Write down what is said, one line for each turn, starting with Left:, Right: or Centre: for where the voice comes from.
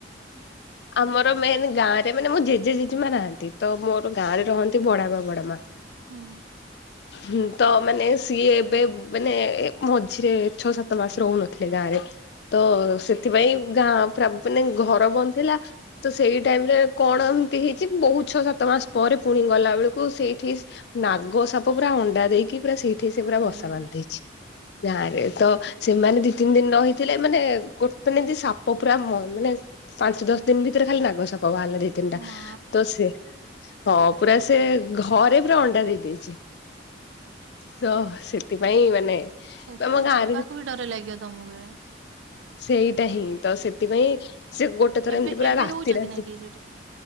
Left: ଆମର ମେନ୍ ଗାଁରେ ମାନେ ମୋ ଜେଜେ ଜେଜେମା ନାହାନ୍ତି ତ ମୋର ଗାଁରେ ରହନ୍ତି ବଡବା ବଡମା।
Right: ହୁଁ।
Left: ହୁଁ ତ ମାନେ ସିଏ ଏବେ ମାନେ ମଝିରେ ଛଅ ସାତ ମାସ ରହୁନଥିଲେ ଗାଁରେ ତ ସେଥିପାଇଁ ଗାଁ ପୁରା ମାନେ ଘର ବନ୍ଦ୍ ଥିଲା ତ ସେଇ ଟାଇମରେ କଣ ଏମିତି ହେଇଛି ବହୁତ ଛଅ ସାତ ମାସ ପରେ ପୁଣି ଗଲା ବେଳକୁ ସେଇଠି ନାଗ ସାପ ପୁରା ଅଣ୍ଡା ଦେଇକି ପୁରା ସେଇଠି ସେ
Right: ଭାଇ
Left: ପୁରା ବସା ବାନ୍ଧି ଦେଇଛି। ଗାଆଁରେ। ତ ସେମାନେ
Right: ଭାଇ
Left: ଦି ତିନି ଦିନ ରହି ଥିଲେ ମାନେ ଗୋଟେ <unintelligible> ସାପ ପୁରା <unintelligible> ପାଞ୍ଚ ଦଶ ଦିନ ଭିତରେ ଖାଲି ନାଗ ସାପ ତ ବାହାରିଲେ ଦି ତିନଟା
Right: ମା
Left: ତ ସେ ହଁ ପୁରା ସେ ଘରେ ପୁରା ଅଣ୍ଡା ଦେଇ ଦେଇଚି, ତ ସେଥିପାଇଁ ମାନେ
Right: ସେଠି
Left: ଆମ
Right: ତ
Left: ଗାଁରେ
Right: ଯିବାକୁ ବି ଡର ଲାଗିବ ତୋମକୁ ଏବେ।
Left: ସେଇ ଟା ହିଁ ତ ସେଥିପାଇଁ ସେ ଗୋଟେ ଥର
Right: ଏବେ
Left: ଏମତି ପୁରା
Right: ଏବେ
Left: ରାତିରେ
Right: ରହୁଛନ୍ତି
Left: ଆସି
Right: ନା କି ସେଠି?